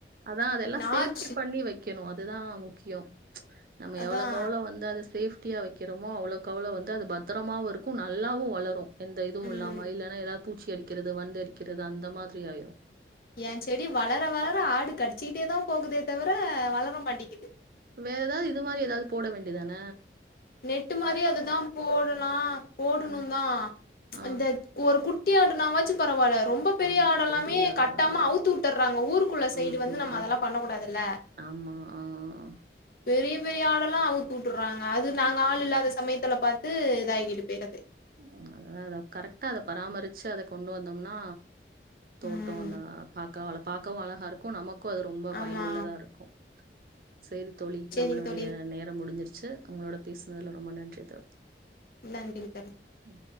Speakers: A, on the right (about 55°); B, on the left (about 55°).
A: அதா அதெல்லா
B: நாச்சு
A: சேஃப்டி பண்ணி வைக் வைக்கணு அதுதா முக்கியோ நம்ம
B: அதான்.
A: எவ்ளோக் எவ்ளோ வந்து சேஃப் சேஃட்டியா வைக்கிறோமோ அவ்ளோக்கு அவ்ளோ வந்து அது பத்திரமாவு இருக்கு நல்லாவு வளரு எந்த இதுவு
B: ம்.
A: இல்லாம இல்லன்னா ஏதாது பூச்சி அடிக்கிறது வண்டு அரிக்கிறது அந்த மாரி ஆயிரு
B: என் செடி வளர வளர ஆடு கடிச்சிக்கிட்டே தா போகுதே தவிர வளர மாட்டிக்குது
A: வேற ஏதாவது இது மாரி ஏதாது போட வேண்டியதான
B: நெட்டு மாரி அதுதா போடலா போடணு
A: அ
B: தான்
A: ஆ.
B: அந்த ஒரு குட்டி‌ஆண்டு நா வச்சு பரவால்ல ரொம்ப பெரிய
A: ஆமா.
B: ஆட எல்லாமே
A: பெரிய ஆடலாமா.
B: கட்டாம அவுத்து வுட்டுறாங்க ஊருக்குள்ள சைடு
A: ம்,
B: வந்து
A: ம்,
B: நம்ம
A: ம்.
B: அதெல்லா பண்ண கூடாதுல்ல
A: ஆமா ஆ ஆ ஆ
B: பெரிய பெரிய ஆடெல்லா அவுத்துட்றாங்க அது அது நாங்க ஆள் இல்லாத சமயத்துல பாத்து இதாங்கிட்டு போய்றது
A: ம் அதா அத கரெக்டா அத பராமரிச்சு அத கொண்டு வந்தோம்னா தோட்டோ
B: ம்
A: அந்த பாக்க பார்க்கவு அழகா இருக்கு நமக்கு அது ரொம்ப பயனுள்ளதா
B: ஆமா
A: இருக்கு சேரி தோழி
B: சரிங்க
A: நம்மளுடைய
B: தோழி
A: நேரோ முடிஞ்சிருச்சு உங்களோட பேசுனதுல ரொம்ப நன்றி தோழி
B: நன்றி தோழி
A: ம்